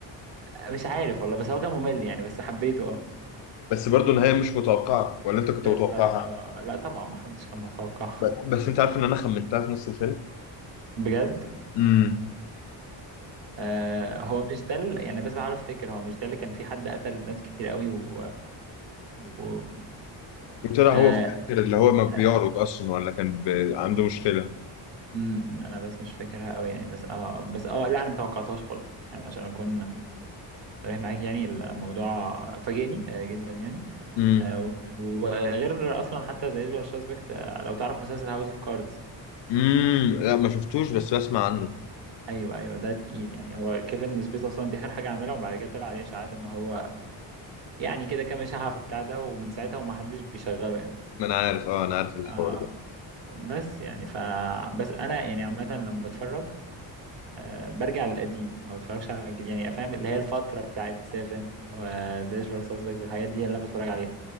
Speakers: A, on the right; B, on the left.
A: مش عارف والله بس هو كان ممل يعني بس حبيته اه
B: بس برضه النهايه مش متوقعه ولا انت كنت
A: بالظبط
B: متوقعها
A: اه آه. لا طبعا ما حدش كان متوقع
B: ب- بس انت عارف ان انا خمنتها في نص الفيلم
A: <laughs> بجد
B: امم
A: آه هو مش ده ال- يعني بس بحاول افتكر هو مش ده اللي كان في حد قتل ناس كتير قوي و, و... و...
B: وطلع
A: آه
B: هو في الاخر اللي هو ما بيعرج
A: انا
B: اصلا ولا كان ب- عنده مشكله
A: أمم، انا بس مش فاكرها قوي يعني بس اه بس اه لا انا ما توقعتهاش خالص يعني عشان اكون صريح معاك يعني الموضوع فاجئني آه، جدا يعني
B: امم
A: آه، وغير اصلا حتى زي يوجوال سسبكت لو تعرف مسلسل هاوس اوف كاردز
B: امم لا ما شفتوش بس بسمع عنه
A: ايوه ايوه ده تقيل يعني هو كيفن سبيس اصلا دي اخر حاجه عملها وبعد كده طلع عليه اشاعات ان هو يعني كده كام اشاعه في بتاع ده ومن ساعتها ومحدش بيشغله يعني
B: ما انا عارف اه انا عارف الحوار
A: آه
B: ده
A: بس يعني ف بس انا يعني عامه لما بتفرج آه برجع للقديم ما بتفرجش على الجديد يعني فاهم اللي هي الفتره بتاعت سيفن وزي يوجوال سسبكت والحاجات دي اللي انا بتفرج عليها